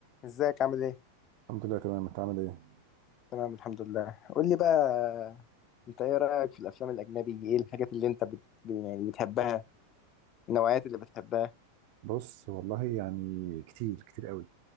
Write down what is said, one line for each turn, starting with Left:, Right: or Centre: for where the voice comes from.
Left: ازيك عامل ايه؟
Right: الحمد لله تمام انت عامل ايه
Left: تمام الحمد لله قول لي بقى انت ايه رأيك في الافلام الاجنبي ايه الحاجات اللي انت بت... يعني بتحبها النوعيات اللي بتحبها
Right: بص والله يعني كتير كتير قوي